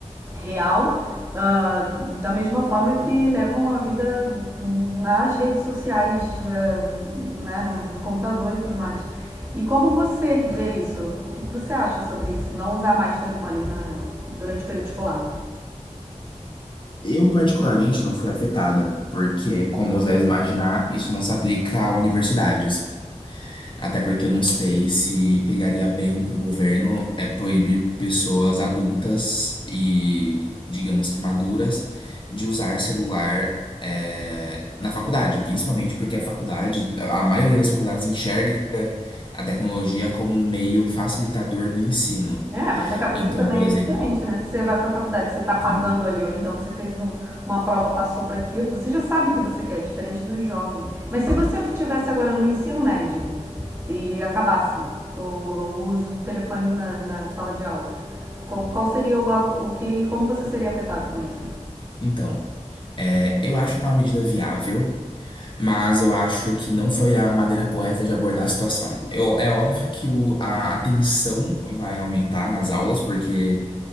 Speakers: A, on the right (about 20°); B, on the left (about 40°).
A: real, ah, da mesma forma que levam a vida nas redes sociais, ah, né, na- no computador e tudo mais. E como você vê isso? O que que você acha sobre isso? Não usar mais telefone na- durante o período escolar?
B: Eu, particularmente, não fui afetado, porque, como você deve imaginar, isso não se aplica a universidades. Até porque eu não sei se pegaria bem para o governo é proibir pessoas adultas e, digamos que maduras, de usar celular é, na faculdade, principalmente porque a faculdade, a maioria das faculdades enxerga a tecnologia como um meio facilitador do ensino.
A: É, mas a cabeça
B: Então,
A: também
B: por exemplo,
A: é diferente, né? Você vai pra faculdade, você tá pagando
B: sim,
A: ali, ou então você fez um- uma prova, passou para aquilo, você já sabe o que você quer, é diferente do jovem. Mas se você estivesse agora no ensino médio e acabasse com o uso do telefone na, na sala de aula, como- qual seria o, a- o que. Como você seria afetado com isso?
B: então, é, eu acho que é uma medida viável. Mas eu acho que não foi a maneira correta de abordar a situação. Eu- é óbvio que o- a atenção vai aumentar nas aulas, porque